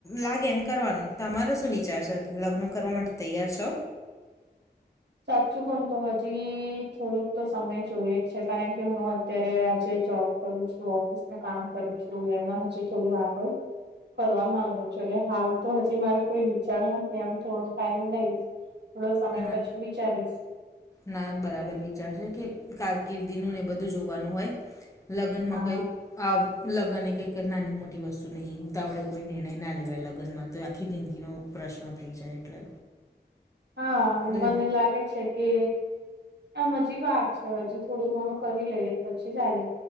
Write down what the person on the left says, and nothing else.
લાગે એમ કરવાનું તમારો શું વિચાર છે લગ્ન કરવા માટે તૈયાર છો.
ના
ના બરાબર વિચારજે કે કારકિર્દીનું ને એ બધું જોવાનું હોય. લગનમાં
કયુ આ લગ્ન એ કંઈક નાની મોટી વસ્તુ નહીં ઉતાવડે કોઈ નિર્ણય ના લેવાય લગ્નમાં. તો એ આખી જિંદગીનો પ્રશ્ન થઈ જાય એટલે.
એ